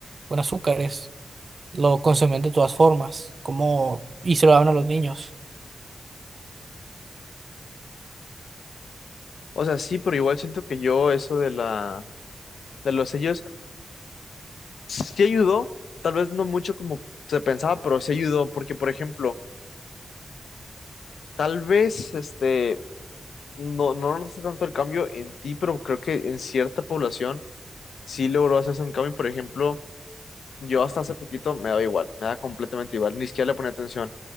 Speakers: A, on the right; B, on the left.
A: o en azúcares, lo consumían de todas formas, como y se lo daban a los niños.
B: O sea, sí, pero igual siento que yo eso de la, de los sellos sí ayudó, tal vez no mucho como se pensaba, pero sí ayudó, porque por ejemplo, tal vez este, no, no notaste tanto el cambio en ti, pero creo que en cierta población sí logró hacerse un cambio, por ejemplo. Yo hasta hace poquito me daba igual, me da completamente igual, ni siquiera le ponía atención.